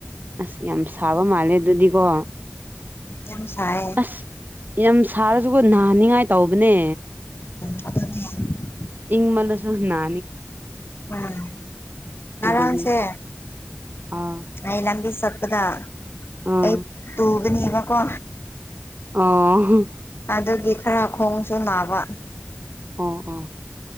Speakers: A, on the right; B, on the left.
A: ꯑꯁ ꯌꯥꯝ ꯁꯥꯕ ꯃꯥꯜꯂꯦ ꯑꯗꯨꯗꯤꯀꯣ
B: ꯌꯥꯝꯁꯑꯌꯦ
A: ꯑꯁ ꯌꯥꯝ ꯁꯥꯔꯁꯨꯀꯣ ꯅꯥꯍꯟꯅꯤꯡꯉꯥꯏ ꯇꯧꯕꯅꯦ
B: <unintelligible>
A: ꯏꯪ ꯃꯜꯁꯨ ꯅ
B: ꯎꯝ
A: ꯑꯗꯨꯒꯤ
B: ꯑꯔꯝꯁꯦ
A: ꯑꯥ
B: ꯑꯩ ꯂꯝꯕꯤ ꯁ ꯆꯗꯥ
A: ꯑꯥ
B: ꯑꯩ ꯇꯨꯒꯅꯤ ꯋꯥ ꯀꯣ
A: ꯑꯥ
B: ꯑꯗꯨꯒꯤ ꯈꯔ ꯈꯣꯡꯁꯨ ꯅꯥꯕ
A: ꯑꯣ ꯑ